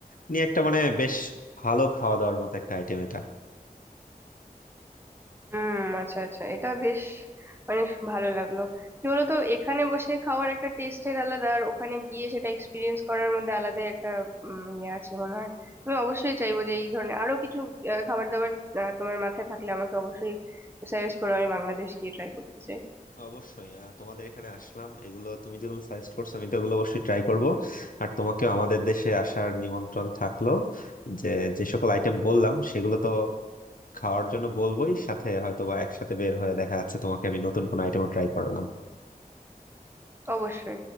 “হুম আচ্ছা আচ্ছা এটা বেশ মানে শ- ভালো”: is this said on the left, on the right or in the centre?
Right